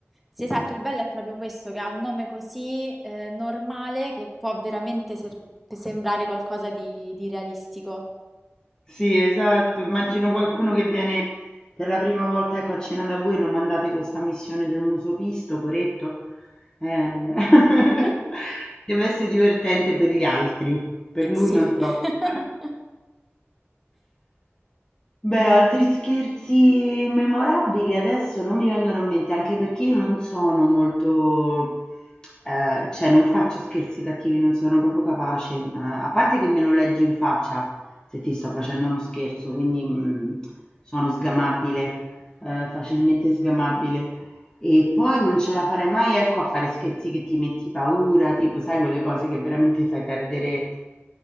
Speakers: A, in the centre; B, on the left.
A: Sì, esatto, il bello è proprio questo, che ha un nome così eh, normale che può veramente ser- sembrare qualcosa di di realistico.
B: Sì, esatto. Immagino qualcuno che viene per la prima volta, ecco, a cena da voi, lo mandate con sta missione del muso pisto, poretto. Eh, <laughs>
A: <laughs>
B: Deve essere divertente per gli altri, per lui
A: Sì.
B: non troppo.
A: <laughs>
B: Beh, altri scherzi memorabili adesso non mi vengono in mente, anche perché io non sono molto, eh, cioè non faccio scherzi cattivi, non sono proprio capace, eh, a parte che me lo leggi in faccia se ti sto facendo uno scherzo, quindi mh, sono sgamabile, eh, facilmente sgamabile. E poi non ce la farei mai, ecco, a fare scherzi che ti metti paura, tipo, sai, quelle cose che veramente fai perdere